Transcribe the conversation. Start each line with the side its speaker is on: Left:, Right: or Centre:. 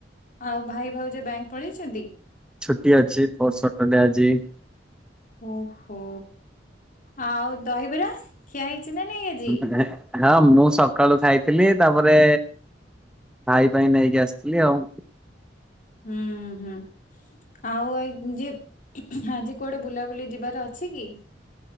Left: ଆଉ ଭାଇ ଭାଉଜ ବ୍ୟାଙ୍କ୍ ପଳେଇଛନ୍ତି?
Centre: ଛୁଟି ଅଛି ଫୋର୍ ସଟର ଡେ ଆଜି।
Left: ଓହୋ! ଆଉ ଦହିବରା ଖିଆ ହେଇଛି ନା ନାଇଁ? ଆଜି?
Centre: <inaudible> ହଁ ମୁଁ ସକାଳୁ ଖାଇଥିଲି। ତାପରେ ଭାଇ ପାଇଁ ନେଇକି ଆସିଥିଲି ଆଉ।
Left: ହୁଁ, ହୁଁ। ଆଉ ଏଇ ଉଁ, ଯେ ଆଜି କୁଆଡେ ବୁଲାବୁଲି ଯିବାର ଅଛି କି?